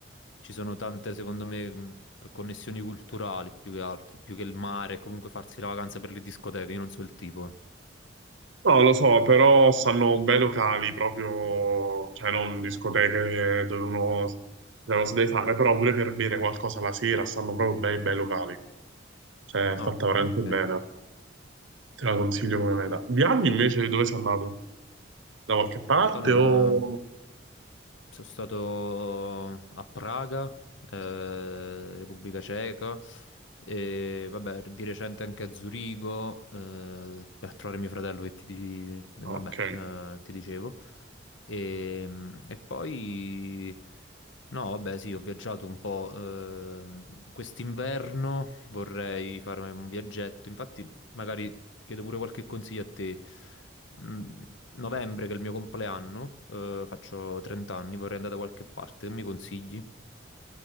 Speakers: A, on the left; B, on the right.
A: Ci sono tante, secondo me, Connessioni culturali più che altro, più che il mare, comunque farsi la vacanza per le discoteche, io non so il tipo. eh.
B: No, lo so, però stanno bei locali proprio, cioè non discoteche dove uno dove si deve fare, però pure per bere qualcosa la sera stanno proprio bei bei locali. Cioè, è
A: Ah,
B: fatta veramente
A: ok.
B: bene. Te la consiglio come meta. Viaggi invece dove sei andato? Da qualche parte
A: Allora,
B: o...
A: Sono stato a Praga, eh, Repubblica Ceca, e vabbè, di recente anche a Zurigo, eh, per trovare mio fratello che ti, di- vabbè,
B: Ok.
A: eh, ti dicevo. E, e poi, no, vabbè, sì, ho viaggiato un po'. ehm, quest'inverno vorrei farmi un viaggetto, infatti magari chiedo pure qualche consiglio a te. Mm, novembre, che è il mio compleanno, eh, faccio 30 anni, vorrei andare da qualche parte, che mi consigli?